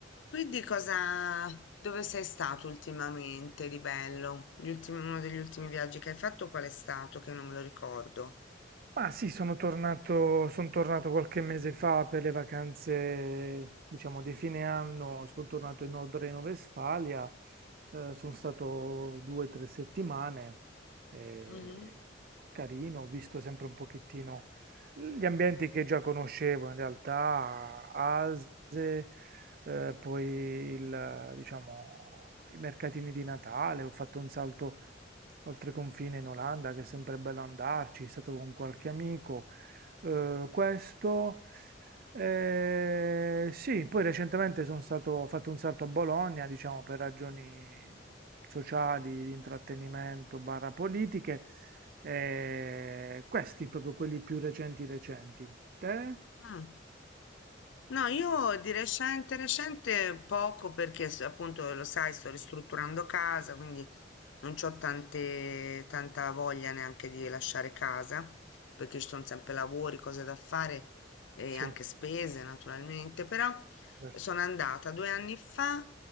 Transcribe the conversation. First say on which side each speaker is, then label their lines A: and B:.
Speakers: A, on the left; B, on the right.
A: Quindi cosa, dove sei stato ultimamente di bello? Gli ultimi- uno degli ultimi viaggi che hai fatto qual è stato? Che non me lo ricordo.
B: Ma sì, sono tornato, son tornato qualche mese fa per le vacanze, diciamo, di fine anno, sono tornato in Nord Reno-Vestfalia, eh, sono stato due o tre settimane, eh,
A: Mhm.
B: carino, ho visto sempre un pochettino gli ambienti che già conoscevo, in realtà, Ase, eh, poi il, diciamo, i mercatini di Natale, ho fatto un salto Oltre confine in Olanda, che è sempre bello andarci, è stato con qualche amico. Eh, questo, eh, sì, poi recentemente sono stato, ho fatto un salto a Bologna, diciamo per ragioni sociali, di intrattenimento, barra politiche. Eh, questi proprio quelli più recenti recenti. Te?
A: Mm. No, io di recente, recente poco perché s- appunto lo sai, sto ristrutturando casa, quindi non ho tante, tanta voglia neanche di lasciare casa, perché ci sono sempre lavori, cose da fare e
B: Sì,
A: anche spese naturalmente, però
B: certo.
A: sono andata due anni fa